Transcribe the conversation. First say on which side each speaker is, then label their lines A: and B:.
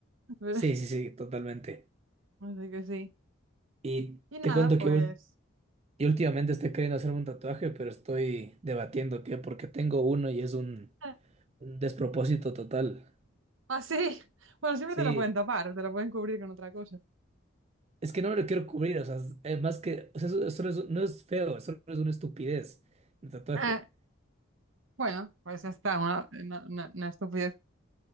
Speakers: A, on the right (about 70°); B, on the right (about 30°).
A: <laughs>
B: Sí, sí, sí, totalmente.
A: Así que sí.
B: Y
A: Y nada,
B: te cuento
A: pues.
B: que ul- y últimamente estoy queriendo hacerme un tatuaje, pero estoy debatiendo qué, porque tengo uno y es un,
A: <laughs>
B: un despropósito total.
A: Así. Bueno, siempre
B: Sí,
A: te lo pueden tapar, te lo pueden cubrir con otra cosa.
B: es que no me lo quiero cubrir, o sea, es- eh, más que, o sea, eso, eso no es, no es feo, eso no es una estupidez, el tatuaje.
A: Eh, bueno, pues ya está, una, una, una- una estupidez.